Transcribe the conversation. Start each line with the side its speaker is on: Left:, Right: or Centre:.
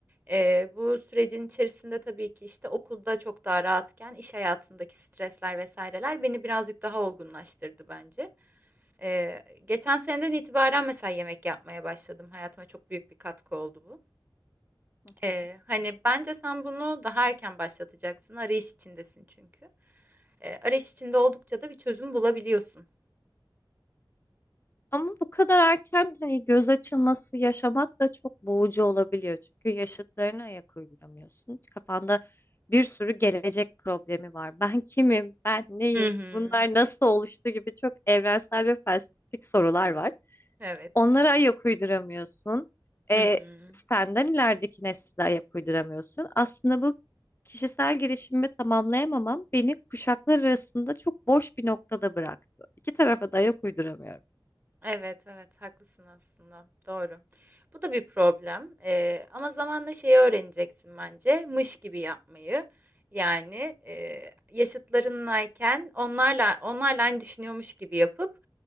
Right: e, bu sürecin içerisinde tabii ki işte okulda çok daha rahatken iş hayatındaki stresler vesaireler beni birazcık daha olgunlaştırdı bence. E, geçen seneden itibaren mesela yemek yapmaya başladım. Hayatıma çok büyük bir katkı oldu bu.
Left: Hı
Right: E,
Left: hı.
Right: hani bence sen bunu daha erken başlatacaksın. Arayış içindesin çünkü e, arayış içinde oldukça da bir çözüm bulabiliyorsun.
Left: Ama bu kadar erken hani göz açılması yaşamak da çok boğucu olabiliyor. Çünkü yaşıtlarına ayak uyduramıyorsun. Kafanda bir sürü gelecek problemi var. Ben kimim? Ben neyim?
Right: Hı hı.
Left: Bunlar nasıl oluştu gibi çok evrensel ve felsefik sorular var.
Right: Evet.
Left: Onlara ayak uyduramıyorsun. Ee,
Right: Hı hı.
Left: senden ilerideki nesle ayak uyduramıyorsun. Aslında bu kişisel gelişimimi tamamlayamamam beni kuşaklar arasında çok boş bir noktada bıraktı. İki tarafa da ayak uyduramıyorum.
Right: Evet, evet, haklısın aslında. Doğru. Bu da bir problem. Ee, ama zamanla şeyi öğreneceksin bence. Mış gibi yapmayı. Yani e, yaşıtlarınlayken onlarla onlarla aynı düşünüyormuş gibi yapıp